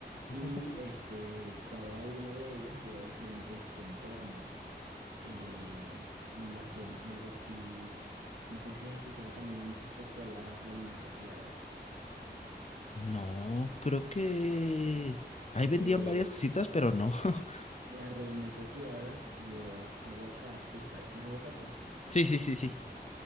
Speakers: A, on the left; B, on the right.
A: <laughs> Ujú.
B: y este, cada una de ellas lleva diferentes contornos eh, y la hacemos algo así, no sé si has escuchado también respecto a la Reina Pepiada.
A: No, creo que ahí vendían
B: Eh,
A: varias cositas, pero no. <laughs>
B: la Reina Pepiada lleva aguacate, ¿sabes qué es aguacate?
A: Sí, sí, sí, sí.